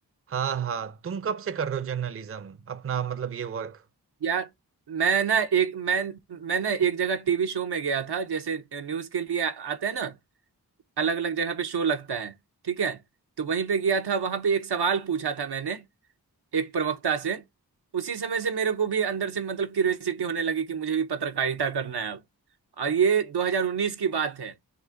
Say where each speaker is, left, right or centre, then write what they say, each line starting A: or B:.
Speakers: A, on the right; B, on the right.
A: हाँ हाँ तुम कब से कर रहे हो जर्नलिज्म अपना मतलब ये वर्क
B: यार मैं ना एक मैं मैं ना एक जगह टीवी शो में गया था जैसे न्यूज के लिए आते हैं ना अलग अलग जगह पे शो लगता है ठीक है तो वहीं पे गया था वहां पे एक सवाल पूछा था मैंने एक प्रवक्ता से उसी समय से मेरे को भी अंदर से मतलब क्यूरियोसिटी होने लगी कि मुझे भी पत्रकारिता करना है अब और ये 2019 की बात है